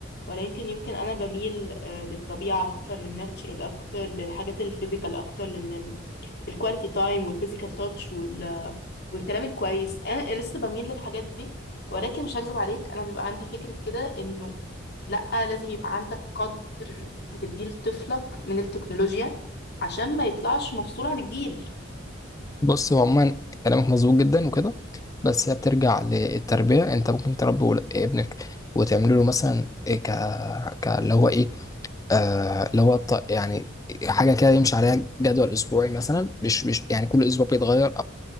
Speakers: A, on the left; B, on the left.
A: ولا يمكن يمكن انا بميل آه، للطبيعه اكتر للناتشرال اكتر للحاجات الفيزيكال اكتر لان الكواليتي تايم والفيزيكال تاتش وال والكلام الكويس انا لسه بميل للحاجات دي ولكن مش هكذب عليك انا بيبقى عندي فكرة كده انه لا لازم يبقى عندك قدر بتديه لطفلك من التكنولوجيا عشان ما يطلعش مفصول عن الجيل
B: بص هو عموما كلامك مظبوط جدا وكده بس هي بترجع للتربية أنت ممكن تربي ول- ابنك وتعمل له مثلا إيه ك ك اللي هو إيه آه اللي هو الط- يعني حاجة كده يمشي عليها جدول أسبوعي مثلا مش مش يعني كل أسبوع بيتغير